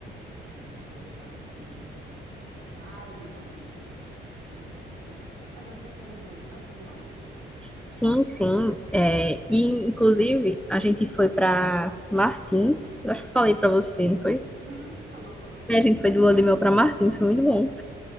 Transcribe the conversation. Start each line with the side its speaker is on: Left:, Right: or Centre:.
Right: e reservar um dinheirinho pra, pra casa, não é? Não, não está se podendo. Mas vocês foram de lua de mel pra algum lado?
Centre: Sim, sim. É, e, inclusive, a gente foi pra Martins, eu acho que eu falei pra você, não foi?
Right: Uhum, falou, falou.
Centre: É, A gente foi do Lua de Mel pra Martins, foi muito bom.